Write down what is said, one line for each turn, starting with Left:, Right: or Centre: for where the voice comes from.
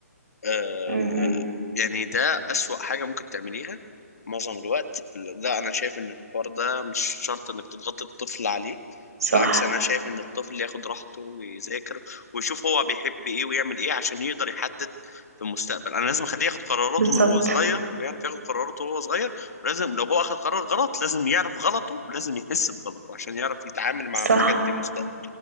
Left: آه
Right: امم امم.
Left: يعني ده أسوأ حاجة ممكن تعمليها معظم الوقت لا أنا شايف إن الحوار ده مش شرط إنك تضغط الطفل عليه
Right: صح
Left: بالعكس أنا شايف إن الطفل ياخد راحته ويذاكر ويشوف هو بيحب إيه ويعمل إيه عشان يقدر يحدد في المستقبل أنا لازم أخليه ياخد قراراته
Right: بالظبط
Left: من هو صغير ويعرف ياخد قراراته وهو صغير لازم لو هو أخد قرار غلط لازم يعرف غلطه لازم يحس بغلطه عشان يعرف يتعامل مع
Right: صح
Left: الحاجات دي مستقبلا